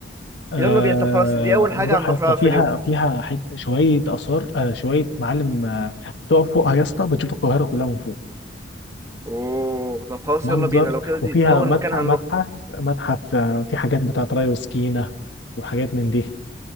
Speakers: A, on the left (about 75°); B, on the right (about 15°).
A: آه
B: يلا بينا طب خلاص دي اول
A: نروح
B: حاجه هنروح
A: يا اسطى
B: لها في
A: فيها
B: اليوم
A: فيها حت- شويه اثار آه شويه معالم آه بتقف فوقها يا اسطى بتشوف القاهره كلها من فوق
B: اوه طب خلاص
A: منظر
B: يلا بينا لو كده دي,
A: وفيها
B: دي اول
A: متحف
B: مكان هنروح
A: متحف متحف آه، في حاجات بتاعت ري وسكينة وحاجات من دي